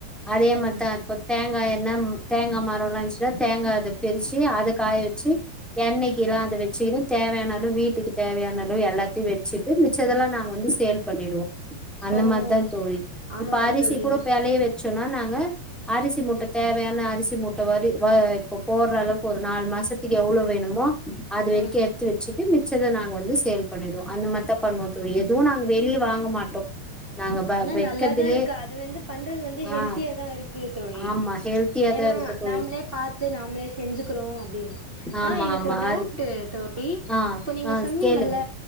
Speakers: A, in the centre; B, on the right (about 55°).
A: அதே
B: ஓ
A: மா தா தேங்கா எண்ண ம் தேங்கா மரோல்லா இருந்ச்சின்னா தேங்கா அது பிரிச்சி அத காய வெச்சி எண்ணைக்கெல்லா அத வெச்சிக்கினு தேவையான அளவ் வீட்டுக்கு தேவையான அளவ் எல்லாத்தையு வெச்சிட் டு மிச்சதெல்லா நாங் வந்து சேல் பண்ணிடுவோ அந்த
B: ஓஹோ
A: மார் தா தோழி
B: ஆமாவா
A: இப்ப அரிசி
B: தோழி
A: கூட ப் வெளய வெ ச்சோன்னா நாங்க அரிசி மூட்ட தேவையான அரிசி மூட்ட வடு வ இப்ப போட்றளவுக்கு ஒரு நால் மாசத்துக் எவ்வளோ வேணுமோ அது வரிக்கு
B: ஆ
A: எடுத்து வெச்சிட்டு மிச் சத நாங்க வந்து சேல் பண்ணீடுவோ அந்த மார் தா பண்ணுவோ தோழி எதுவு நாங் வெளிய வாங்க மாட்டோ நாங்க வ
B: ஆனா
A: வெக்கதுலே
B: நல்லாதா இருக்கு அது வந்து பண்றது வந்து ஹெல்த்தியா
A: ஆ
B: தா இருக்கு தோழி
A: ஆமா ஹெல்த்தியாதா
B: ஏனா
A: இருக்கு தோழி
B: நாம்ளே பாத்து நாம்ளே செஞ்சுக்குறோ அப்டினு
A: ஆமா
B: ஆ எனக்
A: ஆமா
B: ஒர் டவுட்டு
A: அது
B: தோழி
A: ஆ
B: இப்ப நீங்க
A: ஆ
B: சொன்னீங்கல்ல
A: கேளுங்க